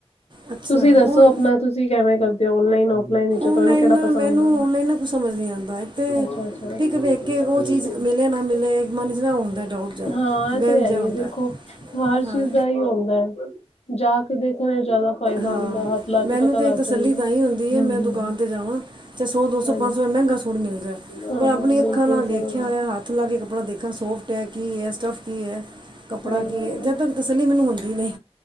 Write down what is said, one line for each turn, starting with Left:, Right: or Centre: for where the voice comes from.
Right: ਅੱਛਾ
Left: ਤੁਸੀਂ ਦੱਸੋ
Right: ਉਹ
Left: ਆਪਣਾ, ਤੁਸੀਂ ਕਿਵੇਂ ਕਰਦੇ ਹੋ ਓਨਲਾਈਨ ਆਫ ਨਹੀਂ-ਨਹੀਂ ਜੌ ਤੁਹਾਨੂੰ
Right: ਆਨਲਾਈਨ
Left: ਕੇੜ੍ਹਾ
Right: ਨਾ
Left: ਪਸੰਦ
Right: ਮੈਨੂੰ
Left: ਏ,
Right: ਆਨਲਾਈਨ ਨਾ ਕੁਝ ਸਮਝ ਨਹੀਂ ਆਉਂਦਾ ਇੱਕ ਤੇ
Left: ਅੱਛਾ-ਅੱਛਾ। <unintelligible>
Right: ਪਿਕ ਵੇਖ ਕੇ ਉਹ ਚੀਜ਼ ਮਿਲੇ ਨਾ ਮਿਲੇ ਮਨ 'ਚ ਨਾ ਹੁੰਦਾ ਡਾਊਟ ਜਾ
Left: ਹਾਂ,
Right: ਵਹਿਮ
Left: ਇਹ ਤੇ ਹੈ
Right: ਜਿਹਾ
Left: ਹੀ
Right: ਹੁੰਦਾ
Left: ਆ ਦੇਖੋ ਹਰ ਚੀਜ਼
Right: ਹਾਂ
Left: ਦਾ ਇਹੀ ਹੁੰਦਾ ਹੈ, ਜਾ ਕੇ ਦੇਖਣਾ ਜ਼ਿਆਦਾ ਫਾਇਦਾ
Right: ਹਾਂ,
Left: ਹੁੰਦਾ ਹੱਥ ਲਾ ਕੇ
Right: ਮੈਨੂੰ
Left: ਪਤਾ
Right: ਤੇ
Left: ਲੱਗ
Right: ਇਹ ਤਸੱਲੀ
Left: ਜਾਂਦਾ।
Right: ਤਾਂ ਹੀ ਹੁੰਦੀ
Left: ਹੂੰ-ਹੂੰ
Right: ਹੈ, ਮੈਂ ਦੁਕਾਨ ਤੇ ਜਾਵਾਂ ਚਾਹੇ ਸੌ, ਦੋ ਸੌ,
Left: ਹਾਂਜੀ
Right: ਪੰਜ ਸੌ ਰੁਪਏ ਮਹਿੰਗਾ ਸੁਕਾਨ ਮਿਲਦਾ
Left: ਹਾਂ
Right: ਪਰ,
Left: ਹਾਂ
Right: ਆਪਣੀ ਅੱਖਾਂ
Left: ਬਿਲਕੁਲ
Right: ਨਾਲ ਵੇਖਿਆ
Left: ਸਹੀ ਗੱਲ।
Right: ਹੋਇਆ, ਹੱਥ ਲਾ ਕੇ ਕੱਪੜਾ ਦੇਖਾ ਸੋਫਟ ਹੈ, ਕਿ ਇਹ? ਸਟਫਟ ਕੀ ਹੈ? ਕੱਪੜਾ
Left: ਸਹੀ
Right: ਕੀ
Left: ਗੱਲ
Right: ਹੈ? ਜਦ ਤੱਕ, ਤਸੱਲੀ ਮੈਨੂੰ ਹੁੰਦੀ ਨਹੀਂ,